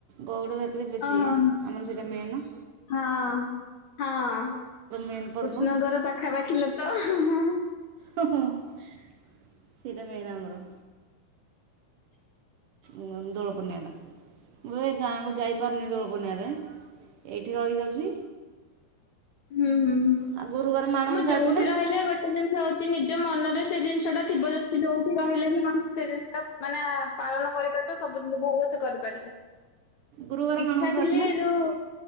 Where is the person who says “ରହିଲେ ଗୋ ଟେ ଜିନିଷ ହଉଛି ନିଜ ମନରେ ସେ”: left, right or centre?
Left